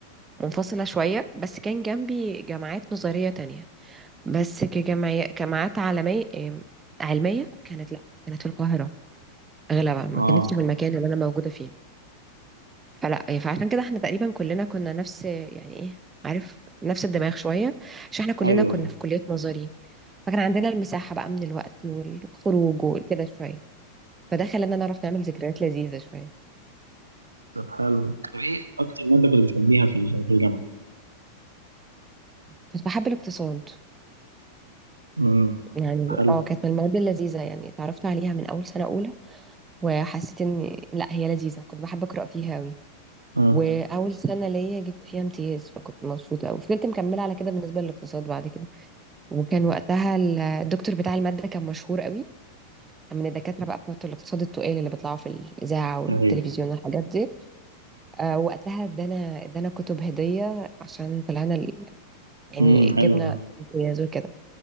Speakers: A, on the right; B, on the right.
A: منفصله شويه بس كان جنبي جامعات نظريه تانية بس كجمعي... جامعات عالميه آم، علميه كانت لا كانت في القاهره اغلبها ما
B: اه
A: كانتش في المكان اللي انا موجوده فيه فلا فعشان كده احنا تقريبا كلنا كنا نفس يعني ايه عارف نفس الدماغ شويه عشان احنا كلنا
B: ايوه
A: كنا
B: أيوة.
A: في كليات نظري فكان عندنا المساحه بقى من الوقت والخروج وكده شويه فده خلانا نعرف نعمل ذكريات لذيذة شوية
B: طب حلو طب ايه اكتر ماده كنت بتحبيها في الج- في الجامعه
A: كنت بحب الاقتصاد
B: امم
A: يعني
B: حلو
A: اه كانت من المواد اللذيذة يعني اتعرفت عليها من أول سنة أولى وحسيت إن لا هي لذيذة كنت بحب أقرأ فيها أوي
B: اه
A: وأول سنة ليا جبت فيها امتياز فكنت مبسوطة أوي فضلت مكملة على كده بالنسبة للاقتصاد بعد كده وكان وقتها ال- الدكتور بتاع المادة كان مشهور أوي كان من الدكاترة بقى بتوع الاقتصاد التقال اللي بيطلعوا في الإذاعة والتلفزيون
B: ايوه
A: والحاجات دي آه وقتها ادانا ادانا كتب هدية عشان طلعنا ال- يعني
B: امم
A: جبنا
B: حلو ده
A: امتياز وكده